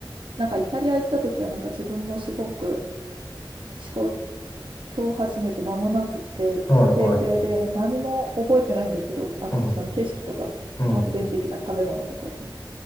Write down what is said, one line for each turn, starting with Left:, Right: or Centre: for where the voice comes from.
Right: なんかイタリア行った時はなんか自分もすごく思考と始めて間もなくて、
Left: はい、
Right: ペーペーで何も覚えてないんですけど、
Left: はい。
Right: あの、
Left: うん、
Right: その景色とか短編的な食べ物とか以外。
Left: うん、